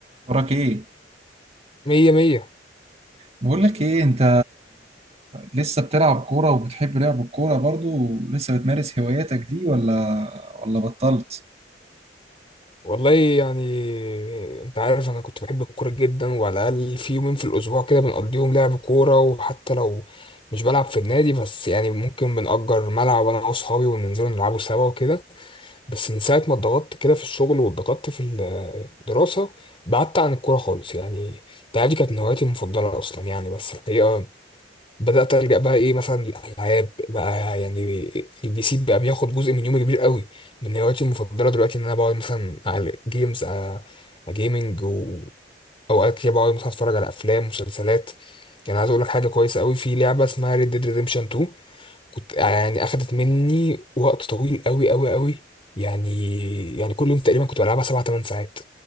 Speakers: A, on the right (about 35°); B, on the left (about 30°).
A: وراك ايه
B: مية مية
A: بقول لك ايه انت لسه بتلعب كوره وبتحب لعب الكوره برضو ولسه بتمارس هواياتك دي ولا ولا بطلت
B: والله يعني انت عارف انا كنت بحب الكورة جدا وعلى الاقل في يومين في الاسبوع كده بنقضيهم لعب كورة وحتى لو مش بلعب في النادي بس يعني ممكن بنأجر ملعب انا واصحابي وننزلوا نلعبوا سوا وكده بس من ساعة ما اتضغطت كده في الشغل واتضغطت في الدراسة بعدت عن الكورة خالص يعني انت عارف دي كانت من هواياتي المفضلة اصلا يعني بس الحقيقة بدأت ألجأ بقى إيه مثلا الألعاب بقى يعني البي سي بقى بياخد جزء من يومي كبير قوي من هواياتي المفضلة دلوقتي إن أنا بقعد مثلا على جيمز جيمنج وأوقات كده بقعد مثلا أتفرج على أفلام مسلسلات يعني عايز أقول لك حاجة كويسة قوي في لعبة اسمها Red Dead Redemption 2 كنت آه، يعني أخدت مني وقت طويل قوي قوي قوي يعني يعني كل يوم تقريبا كنت بلعبها 7 8 ساعات